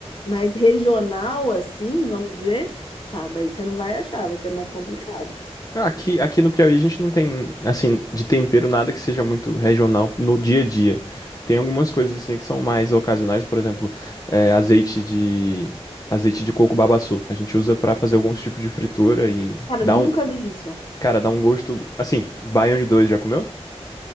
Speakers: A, on the left (about 50°); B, on the left (about 35°).
A: mais regional, assim, vamos dizer, pá, daí você não vai achar, vai ser mais complicado.
B: Ah, Aqui, aqui no Piauí a gente não tem, assim, de tempero nada que seja muito regional no dia a dia. Tem algumas coisas, assim, que são mais ocasionais, por exemplo, é, azeite de, azeite de coco babaçu. A gente usa pra fazer alguns tipos de fritura e
A: Cara,
B: dá
A: nunca
B: um,
A: vi isso.
B: cara, dá um gosto, assim, baião de dois já comeu?